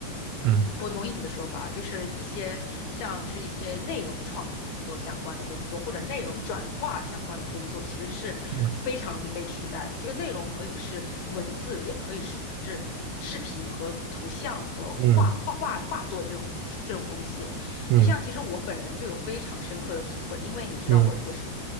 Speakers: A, on the right; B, on the left.
A: 嗯
B: 我同意你的说法，就是一些像是一些内容创作相关的工作，或者内容转化相关的工作，其实是非常容易被取代的。
A: 嗯
B: 这个内容可以是文字，也可以是是视频和图像和画画画画作这种这种东西。
A: 嗯嗯嗯
B: 就像其实我本人就有非常深刻的体会，因为你知道我我是
A: 嗯